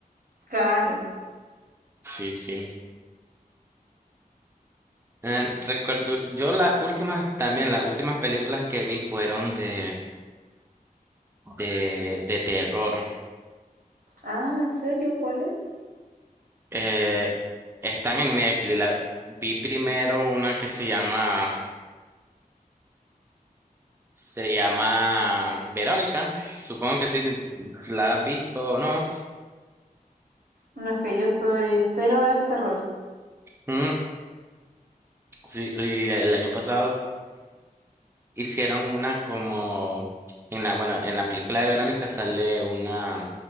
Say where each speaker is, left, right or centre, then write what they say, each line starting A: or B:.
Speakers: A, on the right (about 75°); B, on the right (about 15°).
A: Claro.
B: Sí, sí. Eh, recuerdo, yo las últimas, también las últimas películas que vi fueron de, de, de terror.
A: Ah, ¿en serio? ¿Cuál es?
B: Eh, están en Netflix. La- vi primero una que se llama, se llama Verónica. Supongo que sí, la has visto o no.
A: No, es que yo soy cero del terror.
B: Mm, sí, y el año pasado. hicieron una como en la, bueno, en la película de Verónica sale una,